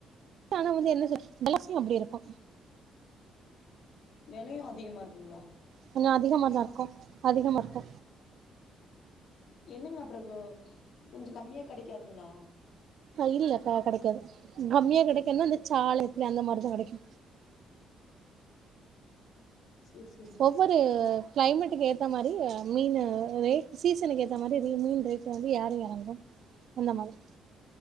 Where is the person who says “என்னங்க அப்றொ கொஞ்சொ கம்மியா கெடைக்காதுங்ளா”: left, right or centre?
Left